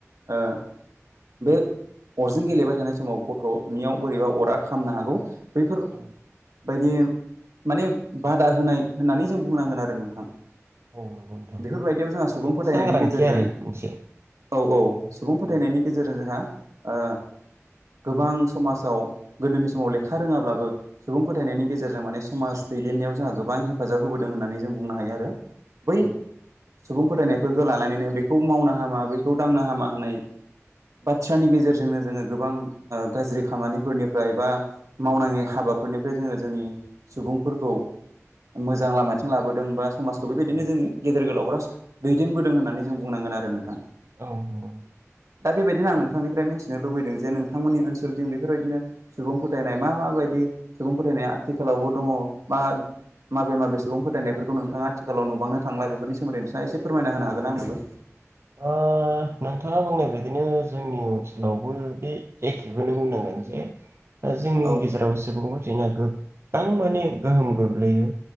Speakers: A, on the right; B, on the right.
A: ओ बे अरजों गेलेबाय थानाय समाव गथ'नियाव बोरैबा अरा खामनो हागौ बैफोरबायदि
B: औ
A: माने बादा होनाय होननानै जों बुंनांगोन आरो नोंथां।
B: नंगौ नोंथां
A: बेफोरबायदियाव जोंहा
B: माने
A: सुबुं फोथायनायनि
B: सांग्रांथि
A: गेजेरजों।
B: आरो मोनसे
A: औ-औ सुबुं फोथायनायनि
B: औ
A: गेजेरजों जोंहा ओ गोबां समाजाव गोदोनि समाव लेखा रोङाब्लाबो सुबुं फोथायनायनि गेजेरजों माने समाज दैदेननायाव जोंहा गोबां हेफाजाब होबोदों होननानै जों बुंनो हायो आरो बै
B: औ
A: सुबुं फोथायनायफोरखौ लानानैनो बेखौ मावनो हामा बेखौ दांना हामा होननाय बाथ्रानि गेजेरजोंनो जोङो गोबां गाज्रि खामानिफोरनिफ्राय बा मावनाङि हाबाफोर फोरनिफ्राय जोङो जोंनि सुबुंफोरखौ मोजां लामाथिं लाबोदों बा समाजखौ बेबायदिनो
B: औ
A: जोंनि गेदेर गोलावफ्रा दैदेनबोदों होननानै जों बुंनांगोन आरो नोंथां
B: औ नंगौ
A: दा बेबायदिनो आं नोंथांनिफ्राय मिथिनो लुबैदों जे नोंथांमोननि ओनसोलथिं बेफोरबायदिनो सुबुं फोथायनाय मा माबायदि सुबुं फोथायनाया आथिखालावबो दङ बा माबे माबे सुबुं फोथायनायफोरखौ नोंथाङा आथिखालाव नुबांनो थांला बेफोरनि सोमोन्दै नोंथाङा एसे फोरमायना होनो हागोना आंनोबो
B: ओ नोंथाङा बुंनाय बादिनो जोंनि ओनसोलावबो बे एखेखौनो बुंनांगोन <unintelligible> जोंनि
A: औ
B: गेजेराव सुबुं फोथायनाया गोबां माने गोहोम गोग्लैयो